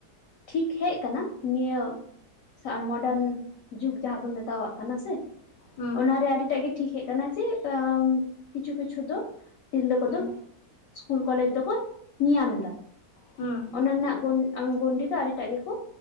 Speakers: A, on the left (about 65°); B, on the left (about 85°).
A: ᱴᱷᱤᱠ ᱦᱮᱡ ᱠᱟᱱᱟ ᱱᱤᱭᱟᱹ ᱥᱮ ᱢᱳᱰᱟᱱ ᱡᱩᱜᱽ ᱡᱟᱦᱟᱸ ᱵᱚᱱ ᱢᱮᱛᱟᱣᱟᱜ ᱠᱟᱱᱟ ᱥᱮ,
B: ᱦᱩᱸ
A: ᱚᱱᱟᱨᱮ ᱟᱹᱰᱤᱴᱟᱜ ᱜᱮ ᱴᱷᱤᱠ ᱦᱮᱡ ᱠᱟᱱᱟ ᱡᱮ ᱠᱤᱪᱷᱩ ᱠᱤᱪᱷᱩ ᱫᱚ ᱛᱤᱨᱞᱟᱹ
B: ᱦᱩᱸ
A: ᱠᱚᱫᱚ ᱤᱥᱠᱩᱞ ᱠᱚᱞᱮᱡᱽ ᱫᱚᱠᱚ ᱧᱮᱧᱟᱢ ᱫᱟ,
B: ᱦᱩᱸ
A: ᱚᱱᱟ ᱨᱮᱱᱟᱜ ᱜᱩᱱ ᱜᱩᱱᱰᱤ ᱫᱚ ᱟᱹᱰᱤᱴᱟᱜ ᱜᱮᱠᱚ